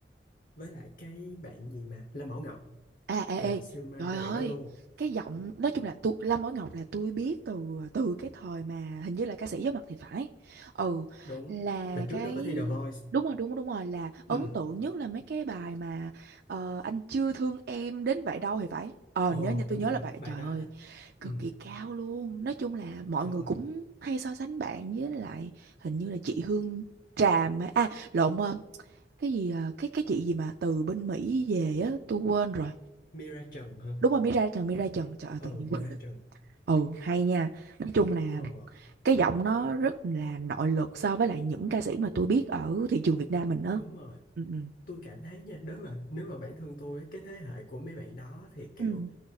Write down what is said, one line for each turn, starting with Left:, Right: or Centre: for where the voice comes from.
Left: với lại cái bạn gì mà Lâm Bảo Ngọc
Right: À, ê, ê,
Left: trời siêu mê
Right: trời
Left: hai
Right: ơi,
Left: bạn đó luôn
Right: cái giọng, nói chung là tôi, Lâm Bảo Ngọc là tôi biết từ từ cái thời mà hình như là ca sĩ giấu mặt thì phải. Ừ,
Left: đúng
Right: là
Left: là
Right: cái,
Left: trước đó có thi The Voice
Right: đúng rồi, đúng rồi, đúng rồi, là ấn
Left: ừ
Right: tượng nhất là mấy cái bài mà ờ, anh chưa thương em đến vậy đâu thì phải. Ờ,
Left: ồ
Right: nhớ, như tôi
Left: đúng
Right: nhớ
Left: rồi
Right: là bài,
Left: bài
Right: trời
Left: đó
Right: ơi,
Left: là ừ
Right: cực kỳ cao luôn. Nói chung là mọi
Left: trời
Right: người cũng hay so sánh bạn với lại hình như là chị Hương Tràm, á. à, lộn, ờ, cái gì, ờ, cái cái chị gì mà từ bên Mỹ về á, tôi quên rồi
Left: Mira Trần hả
Right: đúng rồi Mira Trần Mira Trần trời ơi
Left: ừ
Right: tự nhiên
Left: Mira
Right: quên
Left: Trần
Right: ừ hay nha nói chung là
Left: ờ
Right: cái giọng nó rất là nội lực so với lại những ca sĩ mà tôi biết ở thị trường Việt Nam mình đó
Left: đúng rồi
Right: ừ ừ
Left: tôi cảm thấy nha nếu mà nếu mà bản thân tôi cái thế hệ của mấy bạn đó thì kiểu
Right: Ừ.